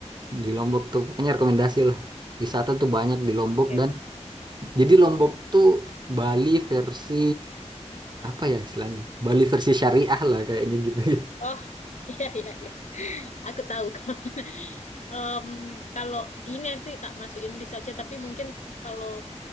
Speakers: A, on the right; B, on the left.
A: Di Lombok tuh pokoknya rekomendasi lah. Wisata tuh banyak di Lombok
B: oke
A: dan
B: oke.
A: jadi Lombok tuh Bali versi apa ya istilahnya? Bali versi syariah lah kayaknya gitu. <laughs>
B: Oh, <laughs> iya, iya, iya. Aku tahu. <laughs> kemana. Em, kalau ini nanti tak masukin list aja, tapi mungkin kalau